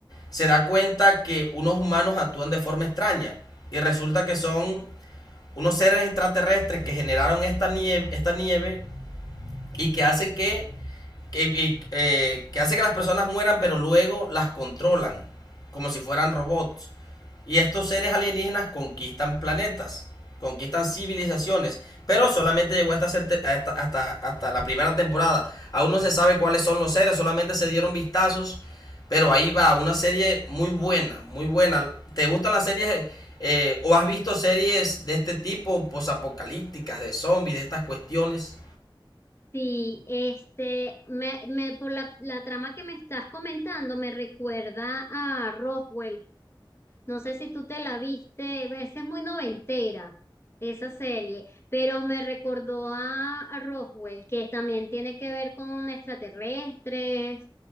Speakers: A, on the left; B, on the left.
A: se da cuenta que unos humanos actúan de forma extraña y resulta que son unos seres extraterrestres que generaron esta nieve, esta nieve y que hace que que, eh, que hace que las personas mueran, pero luego las controlan, como si fueran robots. Y estos seres alienígenas conquistan planetas, conquistan civilizaciones, pero solamente llegó hasta, hasta, hasta, hasta la primera temporada. Aún no se sabe cuáles son los seres, solamente se dieron vistazos, pero ahí va, una serie muy buena, muy buena. ¿Te gustan las series eh, o has visto series de este tipo, posapocalípticas, de zombies, de estas cuestiones?
B: Sí, este, me, me, por la, la trama que me estás comentando, me recuerda a Roswell. No sé si tú te la viste, esa es muy noventera, esa serie, pero me recordó a, a Roswell, que también tiene que ver con extraterrestres